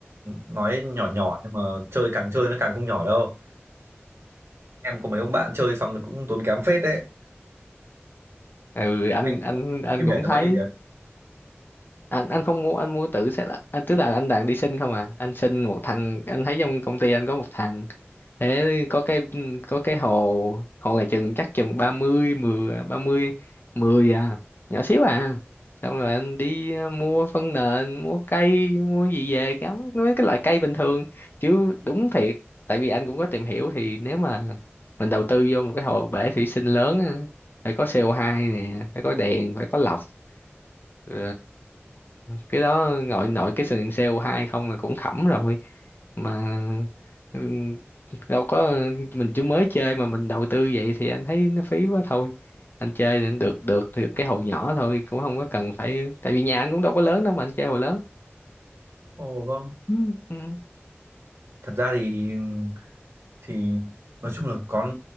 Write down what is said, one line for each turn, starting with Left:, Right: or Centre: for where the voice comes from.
Right: nói nhỏ nhỏ nhưng mà chơi càng chơi nó càng không nhỏ đâu. Em có mấy ông bạn chơi xong thì cũng tốn kém phết đấy.
Left: ừ anh
Right: Anh
Left: anh anh
Right: cái
Left: cũng
Right: bể
Left: thấy
Right: là bao nhiêu tiền?
Left: anh anh không mua anh mua tự set up. anh tức là anh đang đi sinh không à anh sinh một thằng anh thấy trong công ty anh có một thằng thế có cái có cái hồ hồ này chừng chắc chừng ba mươi mười ba mươi mười à nhỏ xíu à xong rồi anh đi ờ, mua phân nền mua cây mua gì về cắm mấy cái loại cây bình thường chứ đúng thiệt tại vì anh cũng có tìm hiểu thì nếu mà mình đầu tư vô một cái hồ bể thủy sinh lớn á, phải có CO2 nè phải có đèn phải có lọc Ờ, cái đó nội nội cái sừng sale hai không là cũng khẩm rồi mà ừ, đâu có mình chỉ mới chơi mà mình đầu tư vậy thì anh thấy nó phí quá thôi anh chơi thì được được được cái hồ nhỏ thôi cũng không có cần phải tại vì nhà anh cũng đâu có lớn đâu mà anh chơi hồ lớn
Right: Ồ vâng.
Left: Ừ, ừ.
Right: Thật ra thì thì nói chung là con